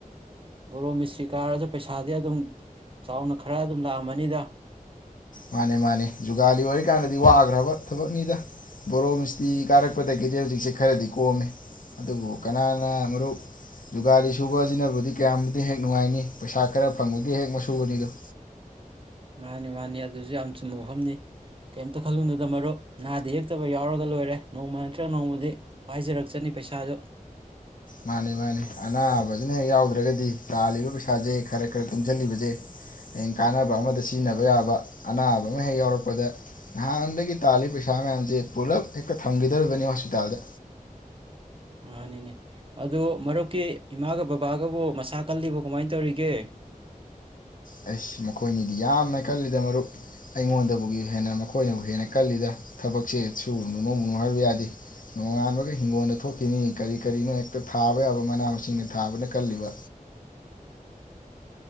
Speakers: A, on the right (about 40°); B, on the left (about 70°).
A: ꯕ‌ꯣꯔ‌ꯣ ꯃꯤꯁꯇꯔ꯭ꯤ ꯀꯥꯔꯥꯁꯨ ꯄ‌ꯩꯁꯥꯗꯤ ꯑ‌ꯗꯨꯝ ꯆꯥꯎꯅ ꯈꯔꯥ ꯑꯗꯨꯝ ꯂꯥꯛꯑꯝꯃꯅꯤꯗ꯫
B: ꯃꯥꯟꯅꯤ- ꯃꯥꯟꯅꯤ ꯖꯨꯒꯥꯂꯤ ꯑꯣꯏꯔꯤꯀꯥꯟꯗꯗꯤ ꯋꯒꯔ꯭ꯥꯕ ꯊꯕꯛ ꯅꯤꯗꯥ ꯕ‌ꯣꯔ‌ꯣ ꯃꯤꯁꯇꯔ꯭ꯤ ꯕ‌ꯣꯔ‌ꯣ ꯃꯤꯁꯇꯔ꯭ꯤ ꯀꯥꯔꯛꯄꯗꯒꯤꯗꯤ ꯍꯧꯖꯤꯛꯁ‌ꯦ ꯈꯔꯥꯗꯤ ꯀ‌ꯣꯝꯃ‌ꯦ ꯑꯗꯨꯕꯨ ꯀꯅꯥꯅ ꯃꯔꯨꯞ ꯖꯨꯒꯥꯂꯤ ꯁꯨꯕꯁꯤꯕꯁꯤꯅꯕꯨꯗꯤ ꯀꯌꯥꯝꯗꯤ ꯍ‌ꯦꯛ ꯅꯨꯡꯉꯥꯏꯅꯤ ꯄꯩꯁꯥ ꯈꯔꯥ ꯐ‌ꯪꯕꯒꯤ ꯍ‌ꯦꯛ ꯃꯁꯨꯕꯅꯤꯗ‌ꯣ꯫
A: ꯃꯥꯟꯅꯤ- ꯃꯥꯟꯅꯤ ꯑꯗꯨꯁꯨ ꯌꯥꯝ ꯆꯨꯝꯕ ꯋꯥꯐꯝꯅꯤ ꯀ‌ꯦꯝꯇ ꯈꯜꯂꯨꯅꯨꯗ ꯃꯔꯨꯞ ꯅꯥꯗ- ꯌ‌ꯦꯛꯇꯕ ꯌꯥꯎꯔꯥꯒ‌ ꯂ‌ꯣꯏꯔ‌ꯦ ꯅ‌ꯣꯡꯃꯥ ꯅꯠꯇꯔ꯭ꯥ ꯅ‌ꯣꯡꯃꯥꯗꯤ ꯄꯥꯏꯖꯔꯛꯆꯅꯤ ꯄꯩꯁꯥꯁꯨ꯫
B: ꯃꯥꯟꯅꯤ ꯃꯥꯟꯅꯤ ꯑꯅꯥꯕꯁꯤꯅ ꯍ‌ꯦꯛ ꯌꯥꯎꯗꯔ꯭ꯥꯒꯗꯤ ꯇꯥꯜꯂꯤꯕ ꯄꯩꯁꯥꯖ‍ꯦ ꯈꯔꯥ- ꯈꯔꯥ ꯇꯨꯡꯖꯤꯜꯂꯤꯕꯖ‌ꯦ ꯍꯌ‌ꯦꯡ ꯀꯥꯟꯅꯕ ꯑꯃꯗ ꯁꯤꯖꯤꯟꯅꯕ ꯌꯥꯕ ꯑꯅꯥꯕ ꯑꯃ ꯍ‌ꯦꯛ ꯌꯥꯎꯔꯥꯛꯄꯗ ꯅꯍꯟꯗꯒꯤ ꯊꯥꯜꯂꯤꯕ ꯄꯩꯁꯥ ꯃꯌꯥꯝꯖ‌ꯦ ꯄꯨꯂꯞ ꯍꯦꯛꯇ ꯊꯝꯒꯗꯧꯔꯤꯕꯅꯤ ꯍ‌ꯣꯁꯄꯤꯇꯥꯜꯗ꯫
A: ꯃꯥꯟꯅꯤꯅ‌ꯦ ꯑꯗꯨ ꯃꯔꯨꯞꯀꯤ ꯏꯃꯥꯒ ꯕꯥꯕꯥꯒꯕꯨ ꯃꯁꯥ ꯀꯜꯂꯤꯕ‌ꯣ ꯀꯃꯥꯟ ꯇꯧꯔꯤꯒ‌ꯦ꯫
B: ꯑꯥꯏꯁ ꯃꯈ‌ꯣꯛ꯫ ꯃ‌ꯣꯏꯅꯤꯗꯤ ꯌꯥꯝꯅ ꯀꯜꯂꯤꯗ ꯃꯔꯨꯞ ꯑꯩꯉꯣꯟꯗꯥꯕꯨꯒꯤ ꯍ‌ꯦꯟꯅ ꯃꯈ‌ꯣꯏꯅꯕꯨ ꯍꯦꯟꯅ ꯀꯜꯂꯤꯗ ꯊꯕꯛꯁ‌ꯦ ꯁꯨꯔꯨꯅꯨ ꯅ‌ꯣꯃꯨꯅꯨ‌ ꯍꯥꯏꯕ ꯌꯥꯗ‌ꯦ ꯅ‌ꯣꯡꯉꯥꯟꯕꯒ ꯍꯤꯡꯒ‌ꯣꯟꯗ ꯊ‌ꯣꯛꯈꯤꯅꯤ ꯀꯔꯤ ꯀꯔꯤꯅ‌ꯣ ꯍ‌ꯦꯛꯇ ꯊꯥꯕꯌꯥꯕ ꯃꯥꯅ- ꯃꯁꯤꯡ ꯊꯥꯕꯅ ꯀꯜꯂꯤꯕ꯫